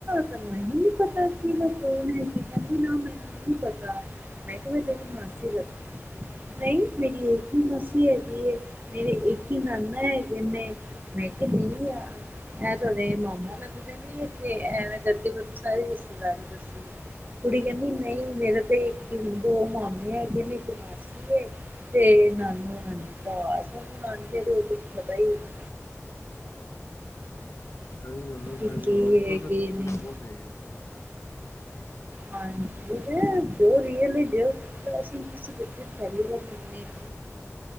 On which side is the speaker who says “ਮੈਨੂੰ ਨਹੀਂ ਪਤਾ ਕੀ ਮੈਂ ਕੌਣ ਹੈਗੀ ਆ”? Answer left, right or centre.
Right